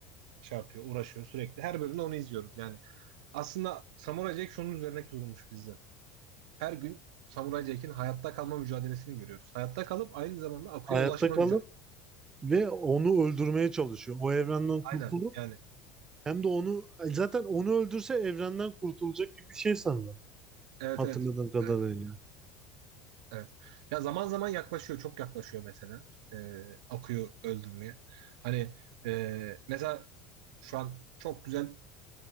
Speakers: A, on the right; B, on the right.
A: şey yapıyor, uğraşıyor sürekli. Her bölümde onu izliyoruz. Yani aslında Samurai Jack şunun üzerine kurulmuş bizde. Her gün Samurai Jack'in hayatta kalma mücadelesini görüyoruz. Hayatta kalıp aynı zamanda Aku'ya
B: Hayatta
A: ulaşma
B: kalıp
A: mücadelesi.
B: ve onu öldürmeye çalışıyor. O evrenden
A: Aynen
B: kurtulup
A: yani.
B: hem de onu zaten onu öldürse evrenden kurtulacak gibi bir şey sanırım.
A: Evet
B: Hatırladığım
A: evet.
B: kadarıyla.
A: Evet. Evet. Ya zaman zaman yaklaşıyor, çok yaklaşıyor mesela. Ee, akıyor öldürmeye. Hani e, mesela şu an çok güzel